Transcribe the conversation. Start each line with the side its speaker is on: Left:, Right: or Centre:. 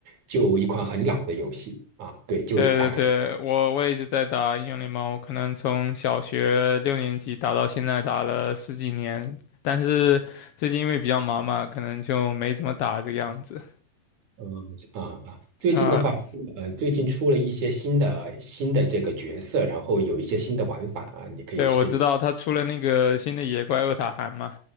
Right: 就一款很老的游戏啊，对，就大概
Left: 对对对，我我一直在打英雄联盟，我可能从小学六年级打到现在，打了十几年。但是最近因为比较忙嘛，可能就没怎么打这个样子。
Right: 嗯啊啊，最近的话，
Left: 啊，
Right: 呃，最近出了一些新的新的这个角色，然后有一些新的玩法啊，你可以试
Left: 对，我知道他出了那个新的野怪厄塔韩嘛。